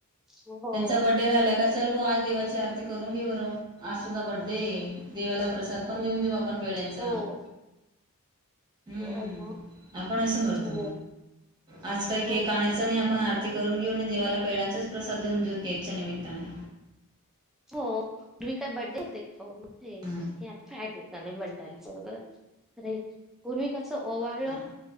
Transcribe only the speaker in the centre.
हो.
हो
हो
हो, मग
हो
हो.
हो हे काय बड्डे होते का हो हे
हे आता फॅट निघालाय बड्डयाचा
वगैरे अरे पूर्वी कस ओवाळल